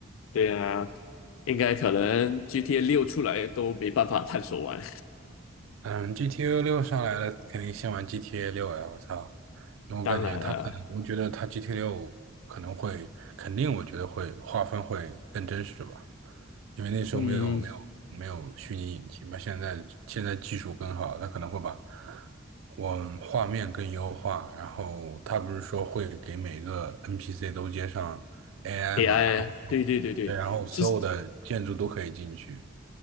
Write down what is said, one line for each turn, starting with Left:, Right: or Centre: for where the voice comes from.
Left: 对啊，应该可能 GTA 六出来都没办法探索完。
Right: 嗯，GTA 六上来了，肯定先玩 GTA 六呀！我操，
Left: <laughs>
Right: 因为我感觉它可能，
Left: 当然了，
Right: 我觉得它 GTA 六可能会，肯定我觉得会划分会更真实吧。因为那时候没有没有没有虚拟引擎嘛，
Left: 嗯
Right: 现在现在技术更好，它可能会把我画面更优化，然后它不是说会给每个 NPC 都接上 AI
Left: ，AI，
Right: 嘛，然后
Left: 对对对对，
Right: 对，然后所有的建筑都可以进去。
Left: 就是。